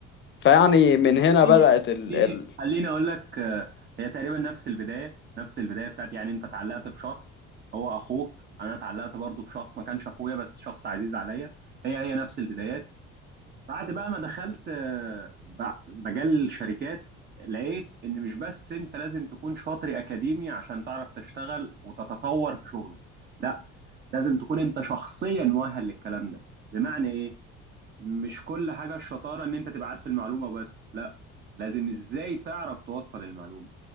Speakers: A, on the left; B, on the right.
A: فيعني من هنا
B: خليني
A: بدأت ال...
B: خليني
A: ال...
B: خليني اقول لك آه، هي تقريبا نفس البدايه نفس البدايه بتاعتي يعني انت اتعلقت بشخص هو اخوك انا اتعلقت برضو بشخص ما كانش اخويا بس شخص عزيز عليا هي هي نفس البدايات بعد بقى ما دخلت آه، بع- مجال الشركات لقيت ان مش بس انت لازم تكون شاطر اكاديمي عشان تعرف تشتغل وتتطور في شغلك لا لازم تكون انت شخصيا مؤهل للكلام ده بمعنى ايه مش كل حاجة الشطارة ان انت تبقى عارف المعلومة بس لا لازم ازاي تعرف توصل المعلومة